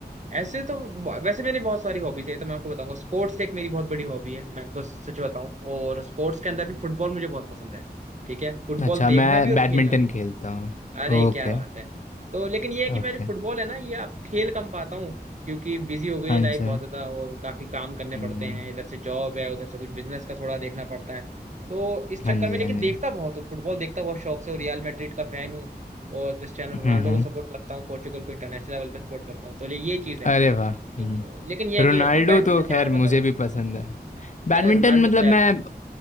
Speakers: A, on the right; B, on the left.
A: ऐसे तो ब- वैसे मेरी बहुत सारी हॉबीज है तो मैं आपको बताऊंगा स्पोर्ट्स एक मेरी बहुत बड़ी हॉबी है मैं आपको सच बताऊं और स्पोर्ट्स के अंदर भी फुटबॉल मुझे बहुत पसंद है ठीक है फुटबॉल
B: अच्छा
A: देखना
B: मैं
A: भी और
B: बैडमिंटन
A: खेलना भी
B: खेलता हूँ
A: अरे
B: ओके
A: क्या बात है तो लेकिन ये है कि
B: ओके
A: मैं जो फुटबॉल है ना ये अब खेल कम पाता हूँ क्योंकि बिजी हो गई
B: हाँ
A: है लाइफ
B: जी
A: बहुत ज्यादा और काफी काम करने
B: हम्म,
A: पड़ते हैं इधर से जॉब है उधर से कुछ बिजनेस का थोड़ा देखना पड़ता है तो इस चक्कर
B: हाँ जी
A: में लेकिन
B: हाँ
A: देखता
B: जी
A: बहुत हूँ फुटबॉल देखता बहुत शौक से और रियल मैड्रिड का फैन हूँ और क्रिस्टियानो
B: हम्म
A: रोनाल्डो
B: हम्म
A: को सपोर्ट करता हूँ पोर्चुगल को इंटरनेशनल लेवल पे सपोर्ट करता हूँ तो ले- ये चीज है
B: अरे वाह हम्म
A: तो लेकिन ये है
B: रोनाल्डो
A: कि तो बैडमिंटन
B: तो खैर
A: के बारे में बताओ
B: मुझे भी पसंद है बैडमिंटन
A: अरे रोनाल्डो
B: मतलब
A: तो याद
B: मैं
A: है हमें।